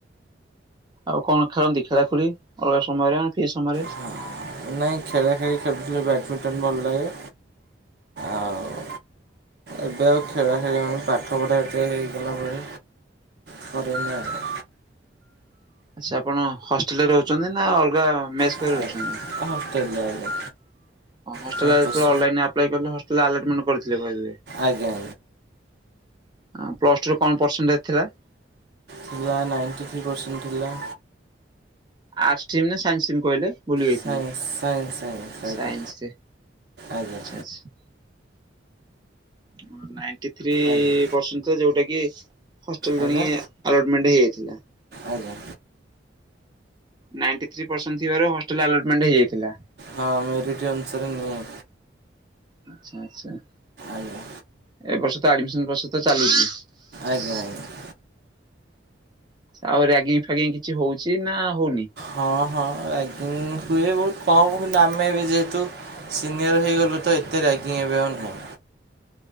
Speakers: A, on the right; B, on the right.
A: ଆଉ କଣ ଖେଳନ୍ତି ଖେଳା ଖୁଳି ଅଲଗା ସମୟରେ ଏଇ ସମୟରେ?
B: ହଁ ନାଇଁ ଖେଳା ଖେଳି ଖେଳୁଥିଲି ବ୍ୟାଡ଼ମିଣ୍ଟନ ଭଲ ଲାଗେ। ଆଉ ଏବେ ଆଉ ଖେଳା ଖେଳି ହବନି ପାଠ ପଢ଼ା ହେଇଗଲା ଭଳି କରିନି ଆଉ
A: ଆଚ୍ଛା ଆପଣ ହଷ୍ଟେଲ ରେ ରହୁଚନ୍ତି ନା ଅଲଗା? ମେସ୍ କରି
B: ହଷ୍ଟେଲରେ
A: ରହିଛନ୍ତି
B: ଆଜ୍ଞା
A: ହୋଷ୍ଟେଲ୍
B: କ୍ୟାମ୍ପସ୍
A: ରେ ତ ଅନଲାଇନ୍ ଆପ୍ ଆପ୍ଲାଏ କଲେ ହଷ୍ଟେଲରେ ଆଲ୍ ମେଣ୍ଟ ପଡିଥିଲା କହିଦେବେ।
B: ଆଜ୍ଞା ଆଜ୍ଞା।
A: ଆଁ ପ୍ଲସ୍ ଟୁ ରେ କଣ ପରସେଣ୍ଟେଜ୍‌ ଥିଲା?
B: ଥିଲା। ନାଇଣ୍ଟି ଥ୍ରୀ ପରସେଣ୍ଟେ ଥିଲା।
A: ଆର୍ଟସ୍ ଟିମ୍ ନା ସାଇନ୍ସ ଟିମ୍ କହିଲେ? ଭୁଲିଯାଇ
B: ସାଇନ୍ସ
A: ଥିଲି
B: ସାଇନ୍ସ
A: ସାଇନ୍ସ
B: ଆଜ୍ଞା
A: ରେ
B: ଆଜ୍ଞା
A: <unintelligible> ମୋର ନାଇନ୍ଟି ଥ୍ରୀ
B: ଆଜ୍ଞା
A: ପରସେଣ୍ଟ ଯୋଉଟା କି। ହଷ୍ଟେଲ
B: ଆଜ୍ଞା
A: ଜଣିଏ ଆଲଟମେଣ୍ଟ ହେଇଯାଇଥିଲା।
B: ଆଜ୍ଞା
A: ନାଇଣ୍ଟି ଥ୍ରୀ ପରସେଣ୍ଟ ଥିବାରୁ ହଷ୍ଟେଲ୍ ଆଲଟମେଣ୍ଟ ହେଇଯାଇଥିଲା।
B: ହଁ ମେରିଟ୍ ଅନୁଶାରେ ନିଏ।
A: ଆଚ୍ଛା ଆଚ୍ଛା ଏ
B: ଆଜ୍ଞା
A: ବର୍ଷ ତ ଆଡମିସନ ପ୍ରୋସେସ ତ ଚାଲିଚି।
B: ଆଜ୍ଞା ଆଜ୍ଞା।
A: ଆଉ ରାଙ୍ଗୀଗ ଫାଗିଙ୍ଗ କିଛି ହଉଛି ନା ହଉନି?
B: ହଁ ହଁ ରାଙ୍ଗୀଗ ହୁଏ ବହୁତ୍ କମ୍ କି ଆମେ ବି ଯେହେତୁ। ସିନିୟର ହେଇଗଲୁ ତ ଏତେ ରାଙ୍ଗି ଏବେ ଆଉ ନାହିଁ।